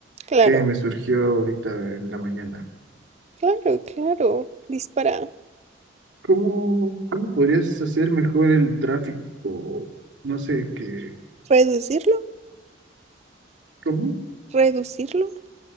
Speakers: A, on the right (about 35°); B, on the right (about 80°).
A: Claro,
B: que me surgió ahorita en la mañana.
A: claro, claro. Dispara.
B: ¿Cómo, cómo podrías hacer mejor el tráfico? No sé, qué.
A: ¿Reducirlo?
B: ¿cómo?
A: ¿Reducirlo?